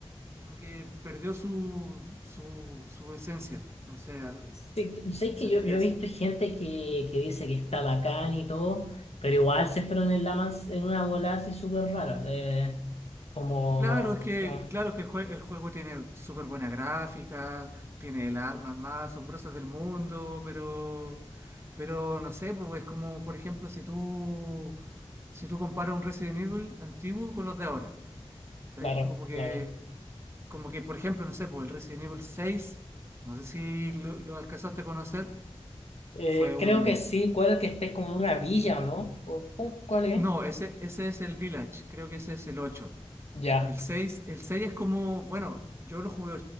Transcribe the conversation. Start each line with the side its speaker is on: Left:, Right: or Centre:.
Right: como que perdió su, su, su esencia. No sé, algo-
Left: Sí, y sabes
Right: sentí
Left: que yo, yo
Right: eso.
Left: he visto gente que, que dice que está bacán y todo, pero igual se fueron en la más, en una bola así súper rara. eh, como
Right: Claro, es que,
Left: Ah,
Right: claro que el, jue- el juego tiene súper buena gráfica, tiene las armas más asombrosas del mundo, pero, pero no sé, pues es como, por ejemplo, si tú, si tú comparas un Resident Evil antiguo con los de ahora, ¿sí?
Left: claro,
Right: Como que,
Left: claro.
Right: como que, por ejemplo, no sé, pues el Resident Evil 6 no sé si lo, lo alcanzaste a conocer,
Left: Eh,
Right: fue un...
Left: creo que sí, cuál que esté como en una villa o no. ¿O, o cuál es?
Right: No, ese, ese es el Village, creo que ese es el 8.
Left: Ya,
Right: El seis el seis es como, bueno, yo lo jugué,